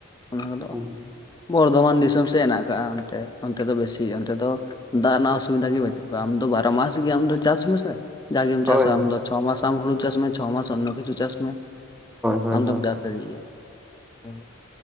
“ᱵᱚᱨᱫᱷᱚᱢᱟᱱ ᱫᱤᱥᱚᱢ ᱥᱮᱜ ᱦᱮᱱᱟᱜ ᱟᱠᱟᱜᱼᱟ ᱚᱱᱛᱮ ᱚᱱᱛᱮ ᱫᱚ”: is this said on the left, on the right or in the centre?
Left